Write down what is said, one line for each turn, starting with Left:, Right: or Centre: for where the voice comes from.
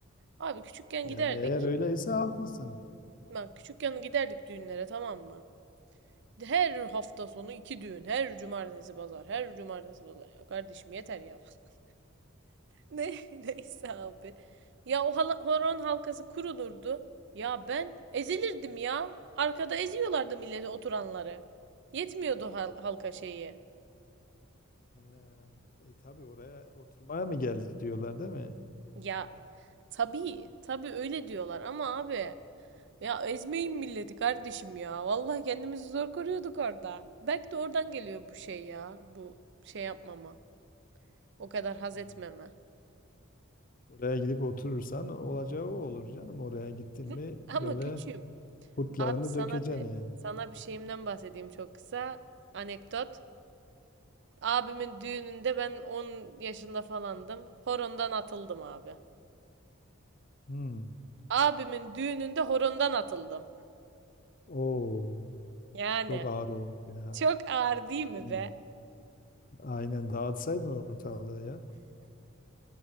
Right: Abi küçükken
Left: Yani
Right: giderdik.
Left: eğer öyleyse haklısın.
Right: Bak küçükken giderdik düğünlere tamam mı? Her hafta sonu iki düğün. Her cumartesi pazar. Her cumartesi pazar. Ya kardeşim yeter ya. <laughs> Ne, <laughs> neyse abi. Ya o hala- horon halkası kurulurdu. Ya ben ezilirdim ya. Arkada eziyorlardı milleti oturanları. Yetmiyordu hal- halka şeyi.
Left: E, e tabii oraya oturmaya mı geldik diyorlar değil mi?
Right: Ya tabii, tabii öyle diyorlar ama abi ya ezmeyin milleti kardeşim ya. Vallahi kendimizi zor koruyorduk orada. Belki de oradan geliyor bu şey ya. Bu şey yapmama. O kadar haz
Left: E,
Right: etmeme.
Left: Oraya gidip oturursan olacağı o olur canım. Oraya gittin
Right: <laughs>
Left: mi
Right: Ama
Left: böyle
Right: küçüğüm.
Left: kurtlarını
Right: Abi sana
Left: dökeceksin
Right: bir
Left: yani.
Right: sana bir şeyimden bahsedeyim çok kısa. Anekdot. Abimin düğününde ben 10 yaşında falandım. Horondan atıldım abi.
Left: Hmm.
Right: Abimin düğününde horondan atıldım.
Left: Oo,
Right: Yani
Left: çok ağır olmuş ya.
Right: çok ağır değil mi
Left: Hmm.
Right: be?
Left: Aynen dağıtsaydın ortalığı ya.